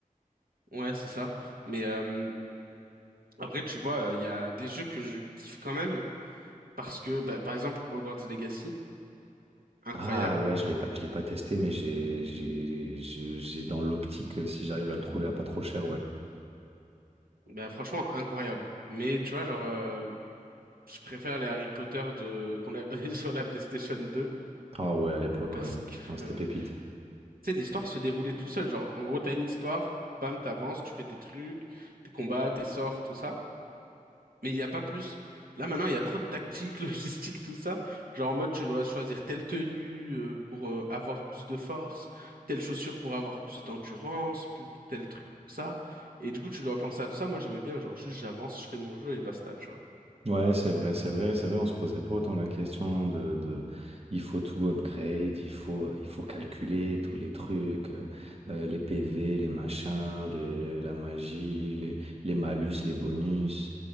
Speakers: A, on the right; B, on the right.
A: Ouais, c'est ça. Mais euh, après, tu vois, euh, il y a des jeux que je kiffe quand même, parce que, bah, par exemple, Hogwarts Legacy, incroyable.
B: Ah ouais, je l'ai pas, je l'ai pas testé, mais j'ai, j'ai, je- j'ai dans l'optique, euh, si j'arrive à le trouver à pas trop cher, ouais.
A: Bah, franchement, incroyable. Mais tu vois, genre, euh, je préfère les Harry Potter de qu'on avait <laughs> sur la PlayStation deux
B: Ah ouais, à l'époque,
A: parce
B: ouais.
A: que,
B: Non, c'était
A: euh,
B: pépite.
A: tu sais, l'histoire se déroulait tout seul. Genre, en gros, t'as une histoire, bam, t'avances, tu fais tes trucs, tes combats, tes sorts, tout ça. Mais il n'y a pas plus. Là, maintenant, il y a trop de tactique, <laughs> logistique, tout ça. Genre, en mode, tu dois choisir telle tenue euh, pour euh, avoir plus de force, telle chaussure pour avoir plus d'endurance, plus tel truc, pour ça. Et du coup, tu dois penser à tout ça. Moi, j'aimais bien, genre, juste j'avance, je fais mon jeu et basta, tu vois.
B: Ouais, c'est vrai, c'est vrai, c'est vrai, on se posait pas autant la question de, de il faut tout upgrade, il faut, il faut calculer tous les trucs, euh, euh, les PV, les machins, les, la magie, les, les malus, les bonus,